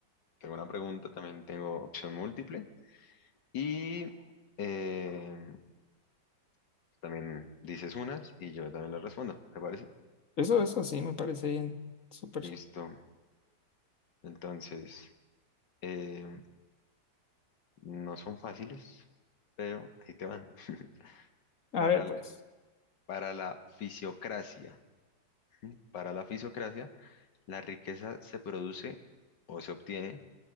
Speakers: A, on the left; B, on the left.
A: Tengo una pregunta, también tengo opción múltiple y eh, también dices unas y yo también las respondo, ¿te parece?
B: Eso, eso, sí, me parece bien. Súper.
A: Listo. Entonces, eh, no son fáciles, pero ahí te van. <laughs>
B: A
A: Para,
B: ver,
A: l-
B: pues,
A: para la fisiocracia, ¿sí? para la fisiocracia, la riqueza se produce o se obtiene